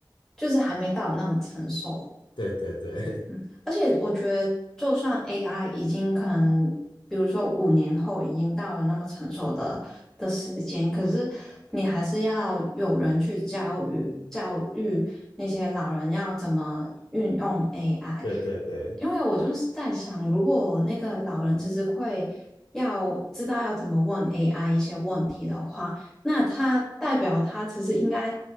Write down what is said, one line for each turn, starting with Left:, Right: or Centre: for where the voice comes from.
Centre: 就是还没到那么成熟。
Left: 对对对
Centre: 嗯，
Left: <laughs>
Centre: 而且我觉得，就算 AI 已经可能，比如说五年后已经到了那么成熟的的时间，可是你还是要有人去教育教育那些老人要怎么运用 AI。
Left: 对对对，
Centre: 因为我就是在想，如果那个老人其实会要知道要怎么问 AI 一些问题的话，那他代表他其实应该